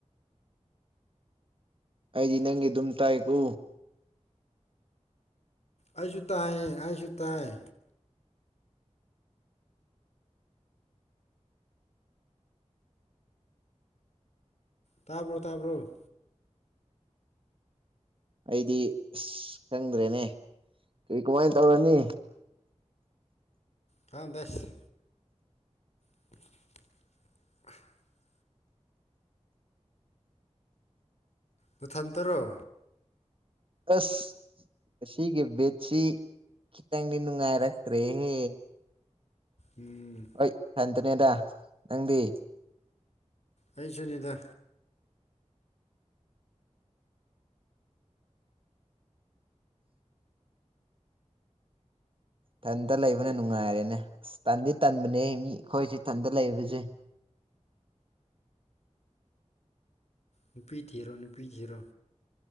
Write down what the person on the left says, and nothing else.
ꯑꯩꯁꯨ ꯇꯥꯏꯌꯦ ꯑꯩꯁꯨ ꯇꯥꯏ ꯇꯥꯕ꯭ꯔꯣ ꯇꯥꯕ꯭ꯔꯣ
ꯈꯪꯗ‌ꯦꯁ <unintelligible> ꯅꯊꯟꯇꯔꯣ
ꯎꯝ
ꯑꯩ ꯁꯨꯅꯤꯗ
ꯅꯨꯄꯤ ꯊꯤꯔꯣ ꯅꯨꯄꯤ ꯊꯤꯔꯣ